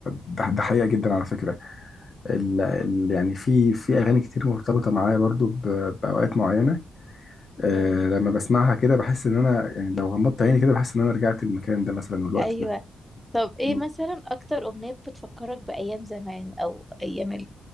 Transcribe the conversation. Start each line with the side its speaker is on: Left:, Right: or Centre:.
Left: ده, ده حقيقة جدا على فكرة ال ال يعني في في أغاني كتير مرتبطة معايا برضو ب- بأوقات معينة أه
Centre: امم
Left: لما بسمعها كده بحس إن أنا يعني لو غمضت عيني كده بحس إن أنا رجعت المكان ده مثلا والوقت
Centre: أيوة
Left: ده
Centre: طب ايه
Left: مم.
Centre: مثلا أكتر أغنية بتفكرك بأيام زمان أو أيام